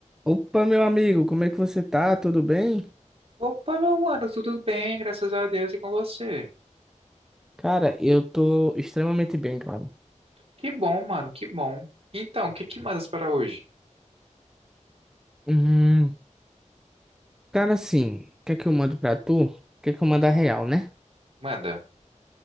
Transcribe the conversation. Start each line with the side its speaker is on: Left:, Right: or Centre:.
Centre: Opa, meu amigo, como é que você tá? Tudo bem?
Right: Opa, meu mano, tudo bem, graças a Deus e com você.
Centre: Cara, eu tô extremamente bem, claro.
Right: Que bom, mano, que bom. Então, o que que mandas para hoje?
Centre: Hum, cara, assim, o que é que eu mando pra tu? O que é que eu mando a real, né?
Right: Manda.